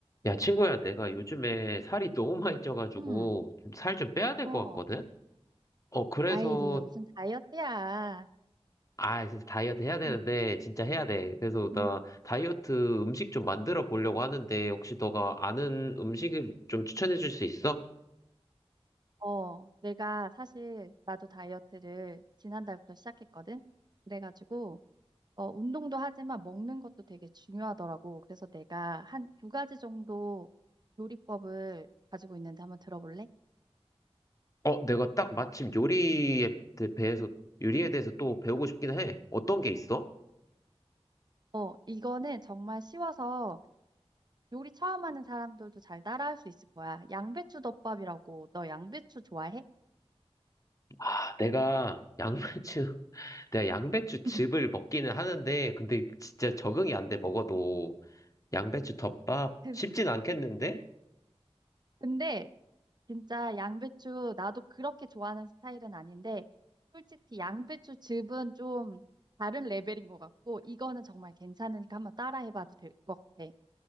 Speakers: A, on the left; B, on the right.
A: 야, 친구야, 내가 요즘에 살이 너무 많이 쪄가지고
B: 응,
A: 좀 살 좀 빼야 될
B: 어,
A: 것 같거든? 어, 그래서,
B: 아이, 네가 무슨 다이어트야.
A: 아, 진짜 다이어트 해야 되는데,
B: 음,
A: 진짜 해야 돼. 그래서 나
B: 음,
A: 다이어트 음식 좀 만들어 보려고 하는데, 혹시 너가 아는 음식을 좀 추천해 줄 수 있어?
B: 어, 내가 사실 나도 다이어트를 지난달부터 시작했거든. 그래가지고 어, 운동도 하지만 먹는 것도 되게 중요하더라고. 그래서 내가 한 두 가지 정도 요리법을 가지고 있는데 한번 들어볼래?
A: 어, 내가 딱 마침 요리에 대- 해서 요리에 대해서 또 배우고 싶긴 해. 어떤 게 있어?
B: 어, 이거는 정말 쉬워서 요리 처음 하는 사람들도 잘 따라할 수 있을 거야. 양배추 덮밥이라고 너 양배추 좋아해?
A: 아, 내가 양배추 내가 양배추 즙을
B: <laughs>
A: 먹기는 하는데, 근데 진짜 적응이 안 돼, 먹어도. 양배추 덮밥?
B: 근-
A: 쉽진 않겠는데?
B: 음. 근데 진짜 양배추 나도 그렇게 좋아하는 스타일은 아닌데 솔직히 양배추 즙은 좀 다른 레벨인 것 같고 이거는 정말 괜찮으니까 한번 따라해봐도 될 것 같아.